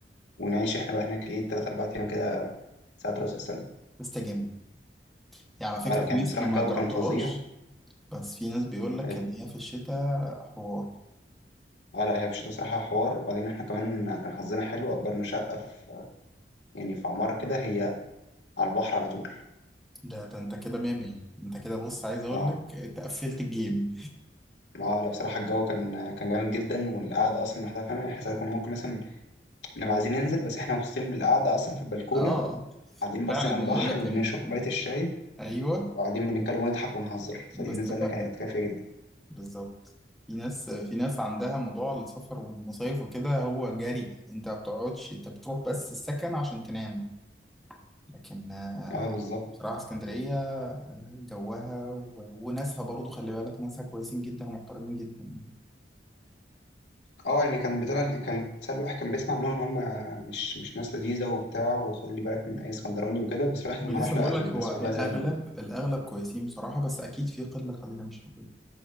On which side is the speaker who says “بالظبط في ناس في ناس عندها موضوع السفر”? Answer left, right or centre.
Centre